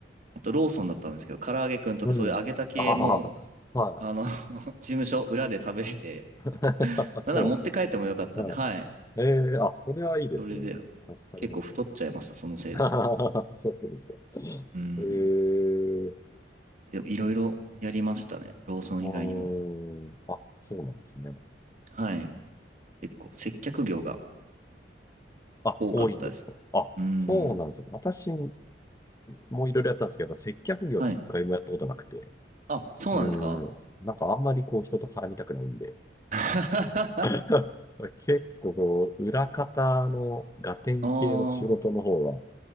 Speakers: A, on the right (about 45°); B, on the left (about 20°).
A: あとローソンだったんですけど、唐揚げくんとかそういう揚げた系も、
B: うん。ああ、は
A: あの <laughs> 事務所裏で食べれて、
B: い。<laughs> そうなんですか。
A: なんなら持って帰ってもよかったんで、
B: はい。
A: はい。
B: ええ、あ、それはいいですね。
A: それで
B: 助かりますよね。
A: 結構太っちゃいました、そのせいで。
B: <laughs> そうですか。
A: うん。
B: ええ、
A: でもいろいろやりましたね。ローソン以外にも。
B: あーあ、そうなんですね。
A: はい。結構接客業が
B: あ、
A: 多かったですね。
B: 多いんですか。あ、
A: うん。
B: そうなんですよ。私もいろいろやったんですけど、やっぱ接客業って一回もやったことなくて。
A: はい。あ、そうなんですか
B: うーん。なんかあんまりこう人と絡みたくないんで。
A: <laughs> あ
B: <laughs> 結構こう、裏方のガテン系の仕事の方が
A: あ